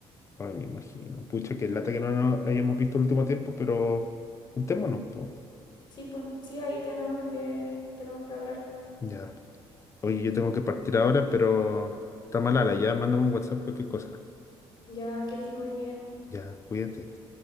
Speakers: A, on the left; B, on the left.
A: Ay, me imagino. Pucha, qué lata que no nos hayamos visto el último tiempo, pero juntémonos, po.
B: Sí, pues, sí, ahí tenemos que, tenemos que hablar.
A: Ya. Oye, yo tengo que partir ahora, pero está malala, ya. Mándame un WhatsApp, cualquier cosa.
B: Ya que estés muy bien,
A: Ya, cuídate.